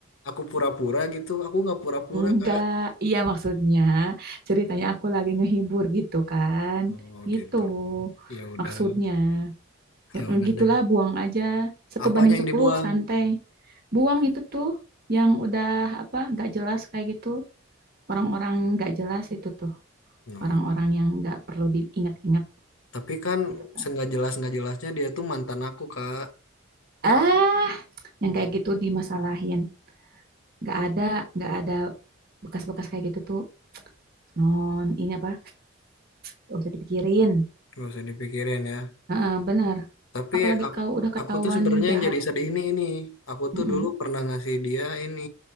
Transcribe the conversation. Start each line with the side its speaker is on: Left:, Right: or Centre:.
Left: aku pura-pura gitu. Aku nggak pura-pura,
Right: Enggak,
Left: Kak.
Right: iya maksudnya ceritanya aku lagi ngehibur gitu kan.
Left: Oh,
Right: Gitu
Left: gitu. Ya udah,
Right: maksudnya. Mm-mm,
Left: ya udah
Right: Gitulah
Left: deh.
Right: buang aja. Satu
Left: Apanya
Right: banding
Left: yang
Right: sepuluh
Left: dibuang?
Right: santai. Buang itu tuh yang udah apa gak jelas kayak gitu. Orang-orang gak jelas itu tuh.
Left: No.
Right: Orang-orang yang gak perlu diingat-ingat
Left: Tapi kan
Right: gitu kan.
Left: senggak jelas nggak jelasnya dia tuh mantan aku, Kak.
Right: Ah, yang kayak gitu dimasalahin. nggak ada nggak ada bekas-bekas kayak gitu tuh non ini apa nggak usah dipikirin
Left: Gak usah dipikirin ya.
Right: Heeh, benar
Left: Tapi
Right: apalagi
Left: ak-
Right: kalau udah ketahuan
Left: aku, tuh sebenarnya
Right: jahat
Left: yang jadi sedih ini ini. Aku
Right: Mm-mm.
Left: tuh dulu pernah ngasih dia ini,